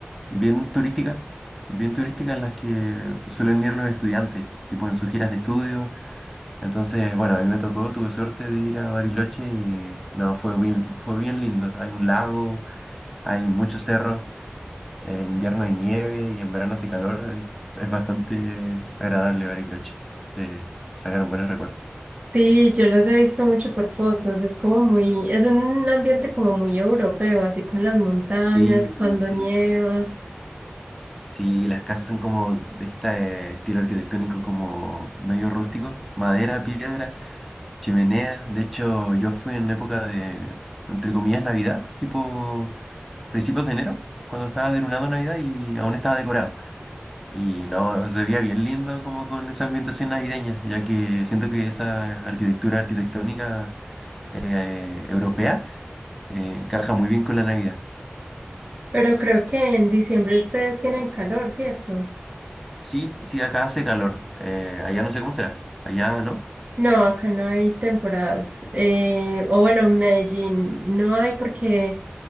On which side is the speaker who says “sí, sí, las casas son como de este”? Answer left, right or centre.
Centre